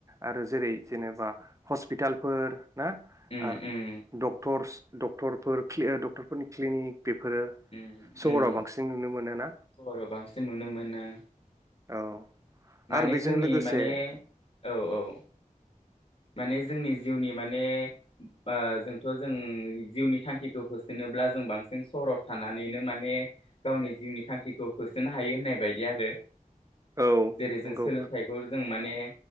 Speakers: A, on the right (about 20°); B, on the left (about 45°).
A: आरो जेरै जेनेबा हस्पिटालफोर ना
B: उम
A: आरो
B: उम
A: डक्टरस डक्टरफोर क्लि ओ डक्टरफोरनि क्लिनिक बेफोरो
B: उम
A: सहराव
B: उम
A: बांसिन नुनो मोनोना
B: सहराव बांसिन नुनो मोनो
A: औ
B: माने
A: आरो बेजों
B: जोंनि
A: लोगोसे
B: माने औ औ माने जोंनि जिउनि माने ओ जोंथ' जों जिउनि थांखिखौ होसोनोब्ला जों बांसिन सहर थानानैनो माने गावनि जिउनि थांखिखौ होसोनो हायो होननाय बायदि आरो
A: औ
B: जेरै
A: नंगौ
B: जों सोलोंथाइखौ जों माने